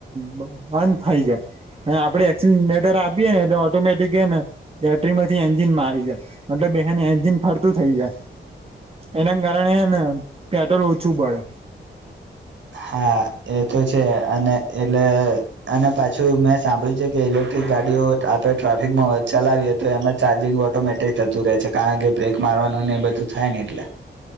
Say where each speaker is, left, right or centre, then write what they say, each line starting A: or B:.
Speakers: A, on the right; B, on the right.
A: બ બાંધ થાય જાય. ને આપડે એક્સિલેટર આપીએે ને એટલે ઓટોમેટિક હેને બેટરીમાંથી એન્જિનમા આવી જાય મતલબ બે હેને એન્જિન ફરતું થઇ જાય એના કારણે હેને પેટ્રોલ ઓછું બડે.
B: હા એ તો છે અને એટલે અને પાછું મેં સાંભળ્યું છે કે ઇલેક્ટ્રિક ગાડીઓ ત આપે ટ્રાફિકમાં ચલાવીએ તો એમાં ચાર્જિંગ ઓટોમેટિક થતું રહે છે કારણ કે બ્રેક મારવા વાનું ને એ બધું થાય ને એટલે